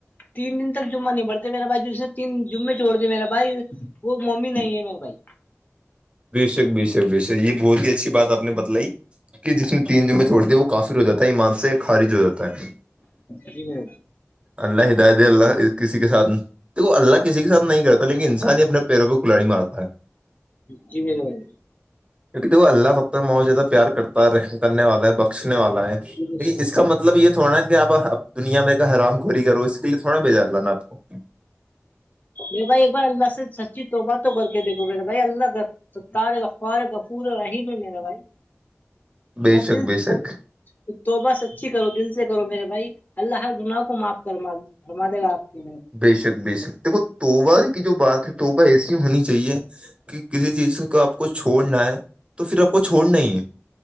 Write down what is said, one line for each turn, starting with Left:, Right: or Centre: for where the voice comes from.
Left: تین دن تک جمعہ نبڑتے میرے بھائی نے تن جمے چھوڑ دیے میرا بھائی وہ ممی نہیں ہے میرے بھائی
Right: بے شک بے شک بےشک یہ بہت ہی اچھی بات آ نے بتلائی کہ جس نے تین جمبے چھڑ دیا وہ کافی ر ہو جاتا ہے ایمان سے خارج ہو جاتا ہے
Left: ج ہو
Right: اللہ ہدایت اللہ کسی کے ساتھ وہ اللہ کسی کے ساتھ نہیں کرتا لیکن انسان ہی اپنے پیروں پ کلاڑی مارتا ہے
Left: جی بھی بھائی
Right: کیونکہ تو اللہ ستر مات زیادہ پیار کرتا کرنے والا ہے بخشنے والا ہےیک
Left: جی
Right: اس کا مطلب یہ تھوڑا کہ آپ دنیا میں حرام گوری کرو اس کے لیے تھوڑا بےجار لانا آپ کو
Left: نہیںے بائی ایک بار اللہ سے سچی توبات تو کر کے دےو ما بھائی اللہ ستار اخبار غفوریم ہے میرا بھائی
Right: بے شک
Left: دل
Right: بے شک
Left: سب تو بس اچھی کرو دل سے کرو میرے بھائی اللہ ہر گناہ کو معاف کر ما د اورر م دے گ آپ کی
Right: بے شک بے شک دیکو توبا کی جو بات ہے توبہ ایسی ہونی چ چاہیے کہ کسی چیز کو آپ کو چھوڑنا ہے تو پھر آپ کو چھوڑنا ہے